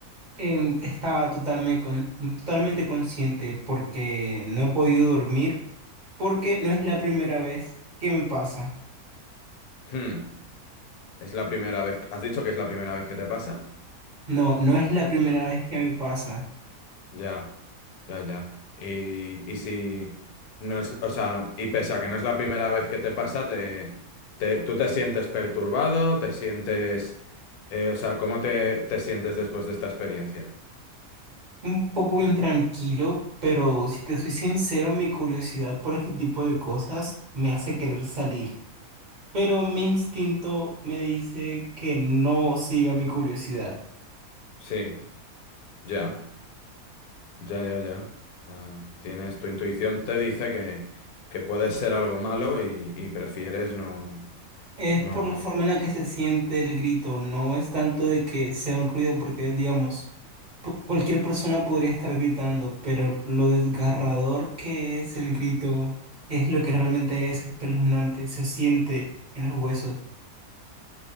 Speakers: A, on the right; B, on the left.
A: Em, estaba totalmente, totalmente consciente porque no he podido dormir, porque no es la primera vez que me pasa.
B: Hmm, Es la primera vez. ¿Has dicho que es la primera vez que te pasa?
A: No, no es la primera vez que me pasa.
B: Ya, ya, ya. Y, y si no es, o sea, y pese a que no es la primera vez que te pasa, te, te- tú te sientes perturbado, te sientes, eh, o sea, ¿cómo te, te sientes después de esta experiencia?
A: Un poco intranquilo, pero si te soy sincero, mi curiosidad por este tipo de cosas me hace querer salir. Pero mi instinto me dice que no siga mi curiosidad.
B: Sí, ya. Ya, ya, ya. O sea, tienes, tu intuición te dice que, que puede ser algo malo y, y prefieres no,
A: Es
B: no.
A: por la forma en la que se siente el grito, no es tanto de que sea un ruido, porque digamos, pu- cualquier persona podría estar gritando, pero lo desgarrador que es el grito es lo que realmente es espeluznante, se siente en los huesos.